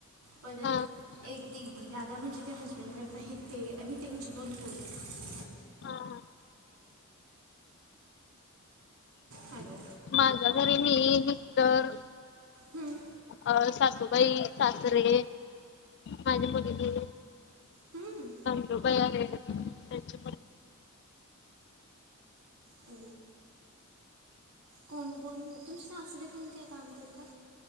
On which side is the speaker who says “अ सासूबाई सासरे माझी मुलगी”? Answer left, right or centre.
Left